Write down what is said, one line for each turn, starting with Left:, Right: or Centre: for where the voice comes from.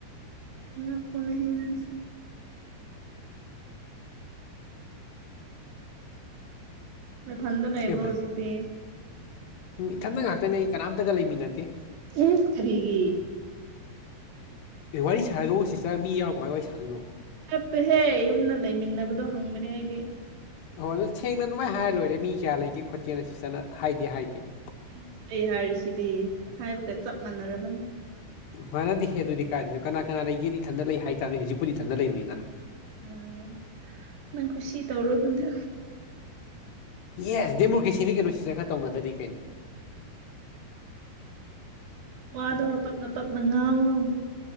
Right: ꯑꯉꯛꯄꯅꯤꯍꯦ ꯅꯪꯁꯨ ꯅꯊꯟꯗ ꯂꯩꯕ꯭ꯔꯣ
Left: ꯑꯦꯃ
Right: ꯍꯧꯖꯤꯛꯇꯤ
Left: ꯎꯝ ꯏꯊꯟꯗ ꯉꯥꯛꯇꯅꯦ ꯑꯩ ꯀꯅꯥꯝꯇꯒ ꯂꯩꯃꯤꯟꯅꯗꯦ
Right: ꯏꯁ ꯀꯔꯤꯒꯤ
Left: ꯑꯦ ꯋꯥꯔꯤ ꯁꯥꯔꯒꯕꯨ ꯁꯤꯁꯇꯔ ꯃꯤ ꯌꯥꯎꯔ ꯀꯃꯥꯏ ꯋꯥꯔꯤ ꯁꯥꯗꯣꯏꯅꯣ
Right: ꯆꯠꯄꯦꯍꯦ ꯌꯨꯝꯗ ꯂꯩꯃꯤꯟꯅꯕꯗꯣ ꯍꯪꯕꯅꯦ ꯑꯩꯗꯤ
Left: ꯑꯣ ꯑꯗꯨ ꯁꯦꯡꯅ ꯑꯗꯨꯃꯥꯢ ꯍꯥꯏꯔ ꯂꯣꯏꯔꯦ ꯃꯤ ꯀꯌꯥ ꯂꯩꯒꯦ ꯈꯣꯠꯀꯦꯅ ꯁꯤꯁꯇꯔꯅ ꯍꯥꯏꯗꯤ ꯍꯥꯏꯗꯦ ꯫
Right: ꯏꯁ ꯑꯩ ꯍꯥꯏꯔꯤꯁꯤꯗꯤ ꯍꯥꯏꯕꯒ ꯆꯞ ꯃꯥꯟꯅꯔꯕꯅꯤ
Left: ꯃꯥꯟꯅꯗꯤꯍꯦ ꯑꯗꯨꯗꯤ ꯀꯥꯏꯗꯣꯏꯅꯣ ꯀꯅꯥ ꯀꯅꯥ ꯂꯩꯒꯦꯗꯤ ꯢꯊꯥꯟꯗ ꯂꯩ ꯍꯥꯏꯇꯥꯕꯅꯤ ꯍꯧꯖꯤꯛꯄꯨꯗꯤ ꯏꯊꯟꯗ ꯂꯩꯕꯅꯤꯅ
Right: ꯑꯝ ꯅꯪ ꯈꯨꯁꯤ ꯇꯧꯔꯣ ꯑꯗꯨꯗꯤ
Left: ꯌꯦꯁ ꯗꯦꯃꯣꯀ꯭ꯔꯦꯁꯤꯅꯤ ꯀꯩꯅꯣ ꯁꯤꯁꯇꯔ ꯈꯔ ꯇꯧꯅꯗ꯭ꯔꯗꯤ ꯀꯩꯅꯣ꯫
Right: ꯋꯥꯗꯣ ꯇꯞꯅ ꯇꯞꯅ ꯉꯥꯡꯉꯣ